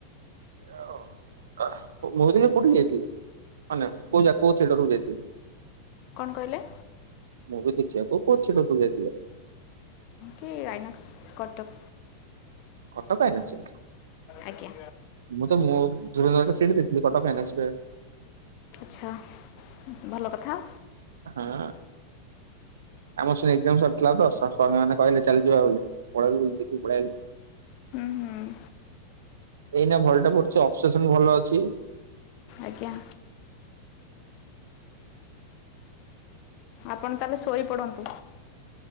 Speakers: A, on the right; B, on the left.
A: ଏୟା ଆଉ ମୋରିଏ କୋଉଠି ଯାଇଥିଲେ ନା ନା କୋଉ ଯା କୋଉ ଥିଏଟର କୁ ଯାଇଥିଲେ?
B: କଣ କହିଲେ?
A: ମୁଭି ଦେଖିବାକୁ କୋଉ ଥିଏଟରକୁ ଯାଇଥିଲେ?
B: କି ଆଇନାକ୍ସ କଟକ।
A: କଟକ ଆଇନକ୍ସ
B: ଆଜ୍ଞା
A: ମୁଁ ତ ମୁଁ ଧୂରନ୍ଦର ଟା ସେଇଠି ଦେଖିଥିଲି କଟ୍ଟକ ଆଈନାକ୍ସ ରେ।
B: ଆଚ୍ଛା ଭଲ କଥା।
A: ହଁ। ଆମର ସେ ଏଜାମ୍ ସରି ଥିଲା ତ ସାଙ୍ଗ ମାନ କହିଲେ ଚାଲ ଯିବା ବୋଲି ପଳେଇଲୁ ଦେଖି ପଳେଇ ଆଇଲୁ।
B: ହୁଁ ହୁଁ।
A: ଏଇନା ଭଲଟା ପଡୁଛି ଅପସେସନ ଭଲ ଅଛି।
B: ଆଜ୍ଞା। ଆପଣ ତାହେଲେ ଶୋଇପଡ଼ନ୍ତୁ?